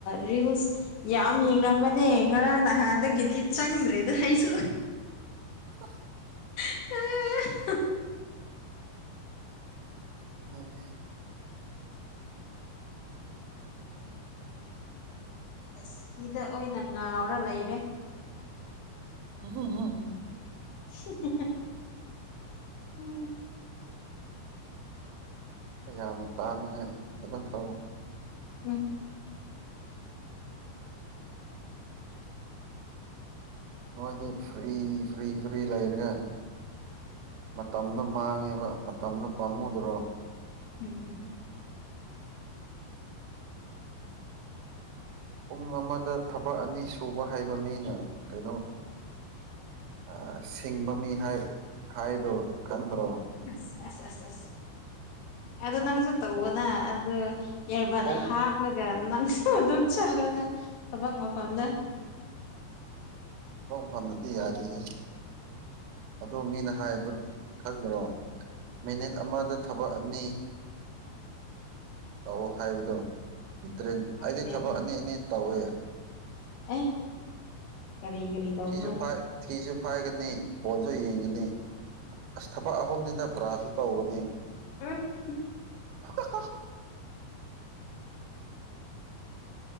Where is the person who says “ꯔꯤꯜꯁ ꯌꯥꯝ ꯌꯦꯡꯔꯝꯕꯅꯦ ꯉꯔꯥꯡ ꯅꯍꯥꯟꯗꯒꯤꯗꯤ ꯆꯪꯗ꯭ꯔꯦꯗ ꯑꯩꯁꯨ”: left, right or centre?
Left